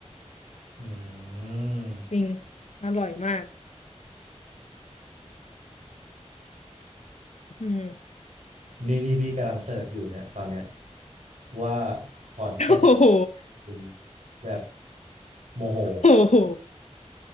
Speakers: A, on the right; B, on the left.
A: อืม
B: จริงอร่อยมากอืม
A: นี่นี่พี่กำลังเสิร์ชอยู่เนี่ยตอนเนี้ยว่าขอนแก่น
B: โอ้โห
A: กินแบบโมโห
B: โอ้โห